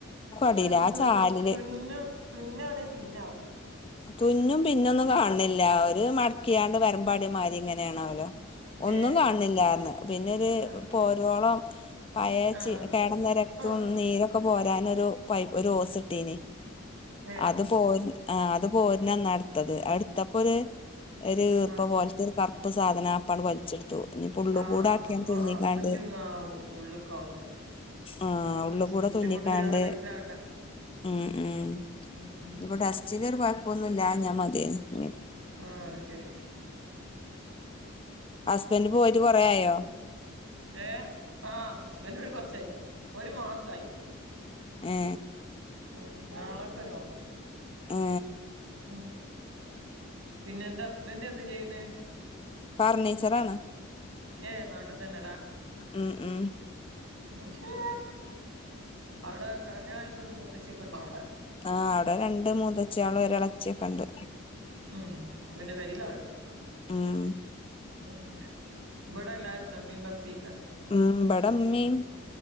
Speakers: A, on the right (about 70°); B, on the left (about 25°).
A: അപ്പൊ
B: അടീലാ ആ ചാലില്
A: തുന്ന തുന്നാണ പിന്നാ
B: തുന്നു പിന്നൊന്നും കാണണില്ല ഒരു മടക്കിയാണ്ട് വരമ്പാടിമാതി ഇങ്ങനെയാണോ ഒന്നും
A: ഏഹ്
B: കാണണില്ലായിരന്ന് പിന്നെ ഒരു
A: ആഹ്
B: പോരോളം പഴയ
A: ആഹ്
B: ചോ കേടന്ന രക്തവും
A: ആഹ്
B: നീരും ഇപ്പം പോരാന പൈപ്പ് ഒരു ഓസ് ഇട്ടനെ
A: ഏഹ്
B: അത് പോ ആഹ് അത് പോര്ന്നന്ന അടുത്തത് അടുത്തപ്പോ ഒരു ഒരുറപ്പ
A: ആഹ്
B: പോലത്തെ കറുപ്പ് സാധനം ആപ്പാണ്ല വച്ചെടുത്തു ഇനി പുള്ള
A: ആഹ്
B: കൂട ആക്കിയ
A: അപ്പൊ
B: തോന്നിക്കാണ്ട്
A: ആഹ് അപ്പഞ്ഞ് ആ ഉള്ള്ക്കാവും തിന്ന്
B: ആഹ് ഉള്ള
A: ഉം
B: കൂടെ
A: ബുദ്ധിമുട്ടില്ലാതെ
B: തുന്നിക്കാണ്ട്
A: കഴിച്ചിലാവട്ടെ
B: ഉം ഉം
A: ഉം ഉം
B: ഇവിടെ ചിലർ കുഴപ്പൊന്നുമില്ല ഞാൻ മതിയായിരുന്നു
A: ആഹ് അത് ശരി
B: ഹസ്ബൻഡറ് പോയിട്ട് കൊറെയായോ
A: ഏഹ് ആഹ് ഹസ്ബൻഡ് പോയിട്ട് കുറച്ചായി ഒരു മാസായി
B: ഏ
A: ഉം നാളൊക്കെ ഒരു മാസം
B: ഏ
A: ഉം പിന്നെ എന്താ ഹസ്ബന്റ് എന്താ ചെയ്യുന്നേ
B: ഫർണിച്ചർ ആണ്
A: ഏയ് നാട്ടിൽ തന്നെല്ലാ
B: ഉം ഉം
A: അത് ശരി അവിടെ കല്യാണാഴിച്ചോടുത്താ മൂത്തച്ച്ചിയൊക്കെ ഉണ്ടാവും
B: ആഹ് അവിടെ രണ്ട് മൂന്നച്ചി ആള് ഒരു എളച്ചിയൊക്കെ ഉണ്ട്
A: ഉം പിന്നെ പേരിൽ ആളുണ്ട്
B: ഉം
A: ഉം ഇവടെ എല്ലാരുംണ്ടോ ഇമ്മീ വാപ്പി ക്കേ
B: ഉം ഇബടെ ഇമ്മീം